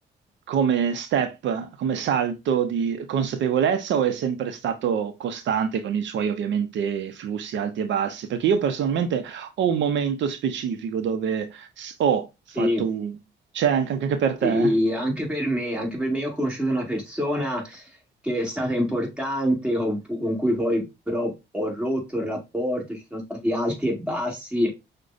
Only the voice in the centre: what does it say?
Sì,
Sì,
anche per me, anche per me io ho conosciuto una persona che è stata importante, con, con cui poi però ho rotto il rapporto, ci sono stati alti e bassi,